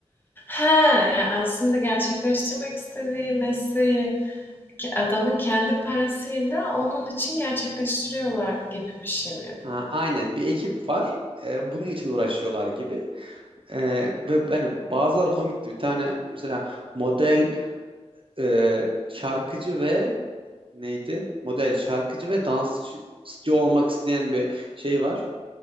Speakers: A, on the left; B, on the right.
A: He, yani aslında gerçekleştirmek istediği mesleği ki adamın kendi parasıyla onun için gerçekleştiriyorlar gibi bir şey mi yapıyor?
B: Ha, aynen bir ekip var. E, bunun için uğraşıyorlar gibi. E, ve yani bazıları komikti. Bir tane mesela model, e, şarkıcı ve neydi? Model, şarkıcı ve dansçı olmak isteyen bir şey var.